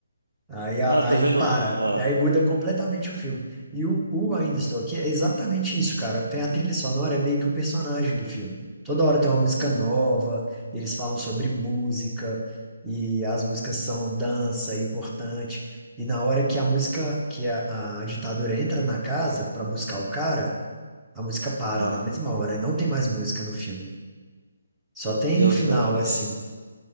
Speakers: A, in the centre; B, on the right.
A: Aí, a-
B: Ah, tô
A: aí
B: vendo.
A: para.
B: Ah,
A: Daí muda completamente o filme. E o, o Ainda Estou Aqui é exatamente isso, cara. Tem a trilha sonora, é meio que o personagem do filme. Toda hora tem uma música nova, e eles falam sobre música, e as músicas são dança, é importante. E na hora que a música, que a, a ditadura entra na casa para buscar o cara, a música para
B: ah,
A: na mesma hora, e não tem mais música no filme. Só tem
B: eu
A: no final,
B: não, perce-
A: assim.